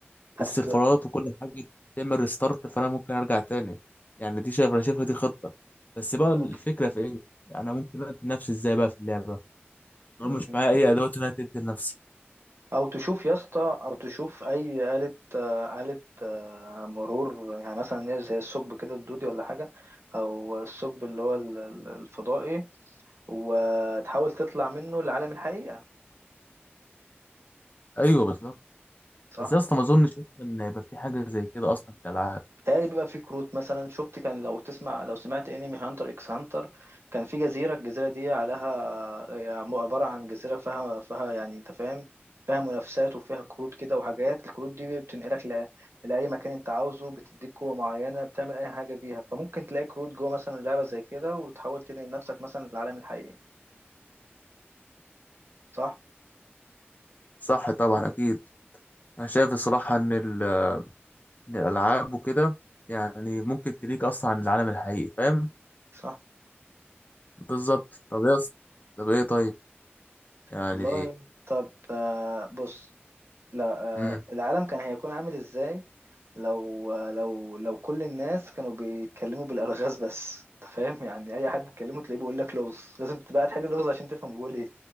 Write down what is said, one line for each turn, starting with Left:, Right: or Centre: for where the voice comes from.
Right: هتت
Left: السيرفرات وكل حاجه بتعمل ريستارت فانا ممكن ارجع تاني يعني دي شايف انا شايفها دي خطه بس بقى
Right: ممكن
Left: الفكره في ايه انا ممكن اقتل نفسي ازاي بقى في اللعبه طب
Right: مم.
Left: مش معايا اي ادوات ان انا تقتل نفسي
Right: او تشوف يا اسطى او تشوف اي آلة آه، آلة آه، مرور يعني مثلا ايه زي الثقب كده الدودي ولا حاجه او الثقب اللي هو ال- ال- الفضائي وتحاول تطلع منه لعالم الحقيقه
Left: ايوه بالظبط
Right: صح
Left: بس يا اسطى ما اظنش أصلاً ان يبقى في حاجه زي كده اصلا في الالعاب
Right: تهيألي بيبقى في كروت مثلا شفت كان لو تسمع لو سمعت انمي هانتر اكس هانتر كان في جزيرة الجزيرة دي عليها عبارة عن جزيرة فيها فيها يعني انت فاهم فيها منافسات وفيها كروت كده وحاجات الكروت دي بتنقلك ل... لأي مكان انت عاوزه بتديك قوة معينة بتعمل أي حاجة بيها فممكن تلاقي كروت جوه مثلا لعبة زي كده وتحاول تنقل نفسك مثلا للعالم الحقيقي صح
Left: صح طبعا اكيد انا شايف الصراحه ان ال- إن الالعاب وكده يعني ممكن تليك اصلا عن العالم الحقيقي فاهم
Right: صح
Left: بالظبط طب يا اسطى طب ايه طيب يعني
Right: والله طب آه، بص لا
Left: امم
Right: آه، العالم كان هيكون عامل ازاي لو لو لو كل الناس كانوا بيتكلموا بالالغاز بس انت فاهم يعني اي حد تكلمه تلاقيه بيقول لك لغز لازم تبقى تحل اللغز عشان تفهم بيقول ايه